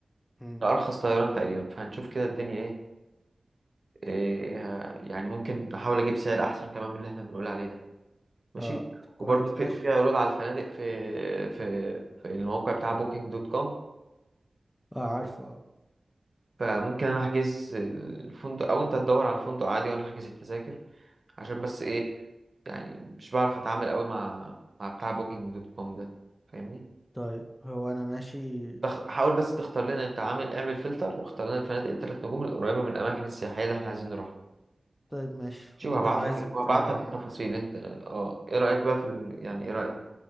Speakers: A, on the left; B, on the right.
A: م.
B: ده أرخص طيران تقريبا فهنشوف كده الدنيا إيه. إيه يعني ممكن أحاول أجيب سعر أحسن كمان من اللي إحنا بنقول عليه ده ماشي
A: اه طب كويس
B: وبرضه في
A: ماشي
B: في عروض على الفنادق في في في الموقع بتاع بوكينج دوت كوم
A: اه عارفه اه
B: فممكن انا احجز الفندق او انت تدور على الفندق عادي وانا احجز التذاكر عشان بس ايه يعني مش بعرف اتعامل قوي مع مع بتاع بوكينج دوت كوم ده فاهمني
A: طيب هو انا ماشي
B: تخ... حاول بس تختار لنا انت عامل اعمل فلتر واختار لنا الفنادق الثلاث نجوم القريبه من الاماكن السياحيه اللي احنا عايزين نروحها
A: طيب ماشي
B: شوف
A: وانت
B: هبعت
A: بقى
B: لك
A: عايزك
B: هبعت
A: آه،
B: لك التفاصيل انت اه ايه رايك بقى في ال... يعني ايه رايك